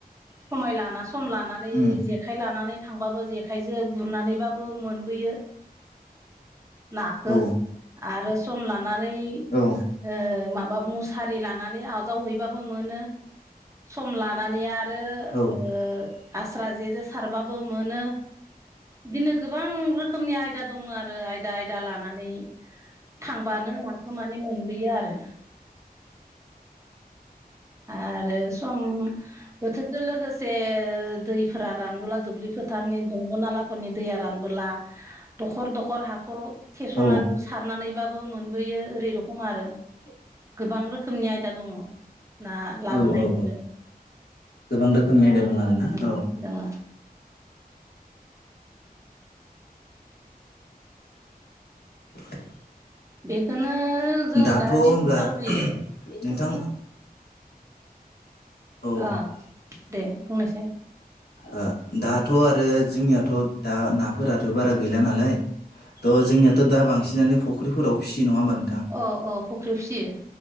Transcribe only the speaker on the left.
उम
औ
औ
औ
औ औ
<unintelligible>
औ औ गोबां रोखोमनि आयदा दं आरोना
औ
<inaudible>
दाथ'
होमब्ला
नोंथां औ
ओ दाथ' आरो जोंनियाथ' दा नाफोराथ' बारा गैला नालाय थ' जोंनियाथ' दा बांसिनानो फुख्रिफोराव फिसियो नङा होमबा नों